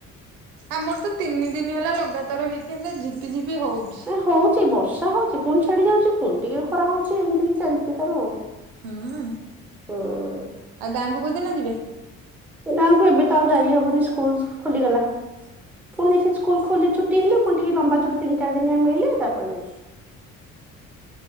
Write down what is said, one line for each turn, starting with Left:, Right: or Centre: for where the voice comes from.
Right: ଆମର ତ ତିନି ଦିନ ହେଲା ଲଗାତାର ହେଇକି ଝିପି ଝିପି ହୋଉଛି।
Centre: ନା ହଉଛି ବର୍ଷା ହଉଛି ପୁଣି ଛାଡି ଯାଉଛି ପୁଣି ଟିକେ ଖରା ହଉଛି ଏମିତି କି ଚାଲିଛି ତ ଆଉ।
Right: ହୁଁ
Centre: ହୁଁ
Right: ଆଉ ଗାଁକୁ କୋଉଦିନ ଯିବେ?
Centre: ଗାଁକୁ ଏବେ ତ ଆଉ ଯାଇ ହବନି ସ୍କୁଲ ଖୋଲିଗଲା। ପୁଣି ଯାଇ ସେ ସ୍କୁଲ ଖୋଲି ଛୁଟି ହେଲେ ଫୁଣି ଟିକେ ଲମ୍ବା ଛୁଟି ତିନ ଚାରି ଦିନିଆ ମିଳିଲେ ତାପରେ ଯାଇକି।